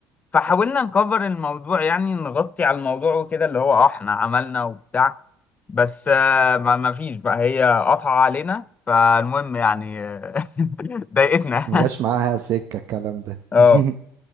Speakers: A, on the left; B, on the right.
A: فحاولنا نكفر الموضوع يعني نغطي على الموضوع وكده اللي هو اه احنا عملنا وبتاع بس آه، ما ما فيش بقى هي قطع علينا فالمهم يعني آه، <laughs> ضايقتنا
B: ما جاش معاها سكة الكلام ده
A: اه
B: <laughs>